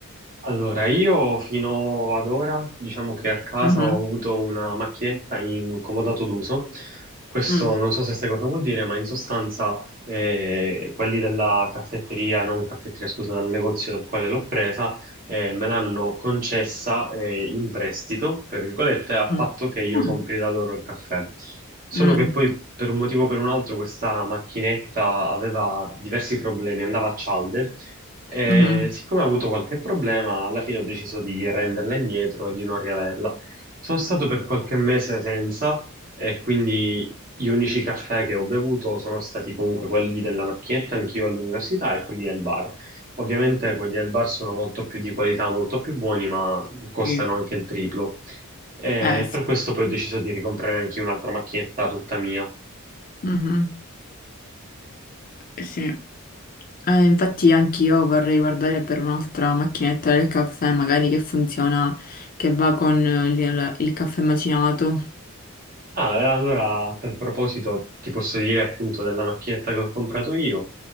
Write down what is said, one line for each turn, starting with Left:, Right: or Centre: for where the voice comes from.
Right: Allora, io fino ad ora, diciamo che a casa
Left: Mhm,
Right: ho avuto una macchinetta in comodato d'uso. Questo
Left: mm,
Right: non so se sai cosa vuol dire, ma in sostanza eh, quelli della caffetteria, non caffetteria, scusa, dal negozio dal quale l'ho presa, eh, me l'hanno concessa eh, in prestito, tra virgolette, a
Left: mm,
Right: patto che io
Left: mm,
Right: compri da loro il caffè. Solo
Left: mm,
Right: che poi, per un motivo o per un altro, questa macchinetta aveva diversi problemi, andava a cialde e
Left: mhm,
Right: siccome ho avuto qualche problema, alla fine ho deciso di renderla indietro e di non riaverla. Sono stato per qualche mese senza e quindi gli unici caffè che ho bevuto sono stati comunque quelli della macchinetta, anch'io all'università, e quelli del bar. Ovviamente quelli del bar sono molto più di qualità, molto più buoni, ma costano
Left: sì.
Right: anche il triplo. E
Left: Eh sì.
Right: per questo poi ho deciso di ricomprare anche un'altra macchinetta tutta mia.
Left: mhm, sì. Eh, infatti anch'io vorrei guardare per un'altra macchinetta del caffè, magari che funziona, che va con eh, il, il caffè macinato.
Right: Ah, e allora a tal proposito ti posso dire appunto della macchinetta che ho comprato io.